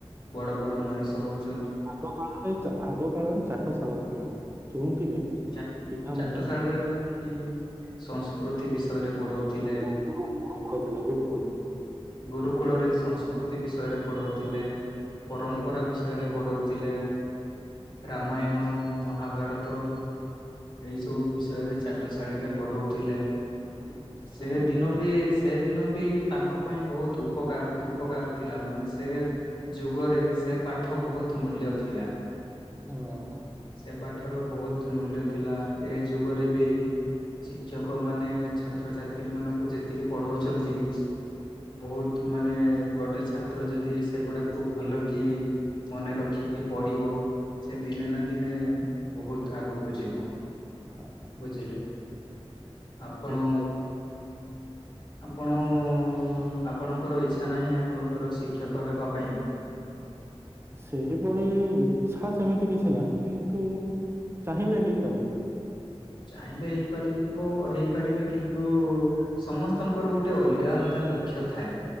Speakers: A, on the left (about 50°); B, on the right (about 25°).
A: ବଡ ବଡ ମଣିଷ ହଉଛୁ।
B: ଆଗ କାଳରେ ଚା ଆଗ କାଳରେ ଚାଟଶାଳ ଥିଲା। ଯେଉଁଠି କି
A: ଚାଟ
B: ପିଲାମାନେ
A: ଚାଟଶାଳରେ କି ସଂସ୍କୃତି ବିଷୟରେ ପଢଉଥିଲେ
B: ଗୁରୁ ଗୁରୁ ଗୁରୁକୁଳ ଥିଲା ଗୁରୁକୁଳ।
A: ଗୁରୁକୁଳରେ ସଂସ୍କୃତି ବିଷୟରେ ପଢଉଥିଲେ ପରମ୍ପରା
B: ସଂସ୍କୃତି
A: ବିଷୟରେ
B: ପରମ୍ପରା
A: ପଢଉଥିଲେ।
B: ବିଷୟରେ ବହୁତ।
A: ରାମାୟଣ ମହାଭାରତ ଏଇ ସବୁ ବିଷୟରେ ଚାଟଶାଳୀରେ ପଢଉଥିଲେ।
B: ଆଚ୍ଛା,
A: ସେ ଦିନ ବିସ୍ ସେ ଦିନ ବି ତାଙ୍କ ପାଇଁ ବହୁତ ଉପକାର ଉପକାର ଥିଲା। ମାନେ ସେ ଯୁଗରେ ସେ ପାଠ ବହୁତ ମୂଲ୍ୟ ଥିଲା।
B: ହଁ
A: ସେ ପାଠର ବହୁତ ମୂଲ୍ୟ ଥିଲା। ଏ ଯୁଗରେ ବି ଶିକ୍ଷକ ମାନେ ଛାତ୍ରଛାତ୍ରୀ ମାନଙ୍କୁ ଯେତିକି ପଢଉଚନ୍ତି। ବହୁତ ମାନେ ଗୋଟେ ଛାତ୍ର ଯଦି ସେଗୁଡାକୁ ଭଲ କି ମନେ ରଖି ଯିଏ ପଢିବ ସେ ଦିନେ ନା ଦିନେ ବହୁତ ଆଗକୁ ଯିବ
B: ହଁ
A: ବୁଝିଲେ। ଆପଣ
B: ଠିକ
A: ଆପଣ ଆପ ଆପଣଙ୍କର ଇଚ୍ଛା ନାହିଁ ଆପଣଙ୍କର ଶିକ୍ଷକ ହେବା ପାଇଁ।
B: ସେହିଭଳି ଇଛା ସେମିତି କିଛି ନାହିଁ। କିନ୍ତୁ ଚାହିଁଲେ ହେଇପାରିବି।
A: ଚାହିଁଲେ ହେଇପାରିବ ହେଇପାରିବେ। କିନ୍ତୁ ସମସ୍ତଙ୍କର ଗୋଟେ ଅଲଗା ଅଲଗା ଲକ୍ଷ୍ୟ ଥାଏ।